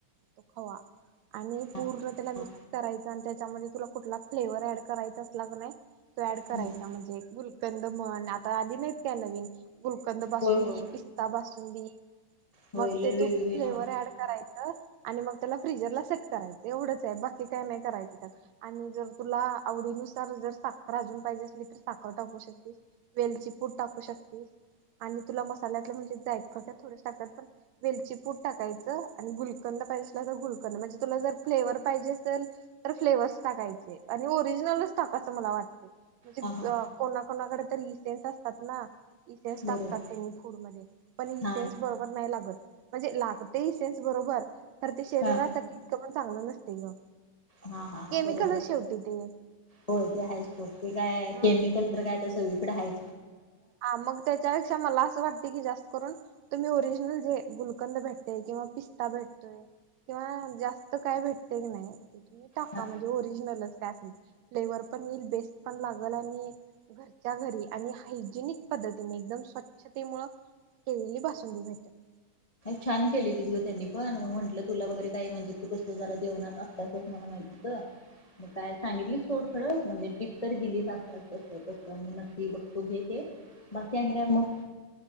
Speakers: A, on the right; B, on the left.
A: तो खवा आणि
B: हा
A: पूर्ण त्याला
B: हा
A: मिक्स करायचा आणि त्याच्यामध्ये तुला कुठला फ्लेवर ऍड करायचा असला क नाही तो ऍड करायचा
B: हम्म
A: म्हणजे गुलकंद म्हण आता आधी नाहीत काय नवीन गुलकंद बासुंदी
B: होय होय
A: पिस्ता बासून <unintelligible>
B: होय
A: मग ते
B: लय वेगवेगळी
A: तू फ्लेवर
B: नाव आहेत
A: ऍड करायचं. आणि मग त्याला फ्रीजरला सेट करायचं एवढंच आहे बाकी काय नाही करायचं त्या आणि जर तुला आवडीनुसार जर साखर अजून पाहिजे असली तर साखर टाकू शकतेस वेलची पूट टाकू शकतेस आणि तुला मसाल्यातलं म्हणजे जायत फक थोड टाकत पण वेलची पूट टाकायचं आणि गुल कंद पाहिजे असेल तर गुलकंद म्हणजे तुला जर फ्लेवर पाहिजे असेल तर फ्लेव्हस टाकायचे आणि ओरिजिनलच टाक असं मला वाटत. म्हणजे
B: हा हा
A: अ कोणा कोणाकडे रिसेनस असतात ना? इसेस टाकतात
B: बरोबर
A: त्यांनी फूड म पण इसेेस
B: हा
A: बरोबर नाही लागत. म्हणजे लागतेही सेन्स बरोबर. तर ते शरीरासाठी
B: हा
A: पण चांगलं नसतय ग.
B: हा हा हा
A: केमिकलच
B: बरोबर
A: शेवटी ते
B: होय ते आहे स्टॉ ते काय
A: हा
B: केमिकल तर काय तसं पढाई?
A: हा मग त्याच्यापेक्षा मला असं वाटते की जास्त करून तुम्ही ओरिजिन जे गुलकंद भेटते किंवा पिस्ता भेटतोय किंवा जास्त काय भेटते की नाही? तुम्ही टाका
B: हा
A: म्हणजे ओरिजिनलच. फ् पण ये बेस् पण लागल घरच्या घरी. जिनिक पद्धतीने एकदम स्वच्छते मु केलेली बासुंदी भेटत.
B: छान केलेली तु त्यांनी पण मग म्हण तुला वगैर काय म्हणजे कस जरा जेणार असचच मला माहिती म काय सांगितली थोड खरं म्हणजे टीप तरी दिली अस मी नक्की बघतो घ बाकी अ
A: हम्म.
B: काय म?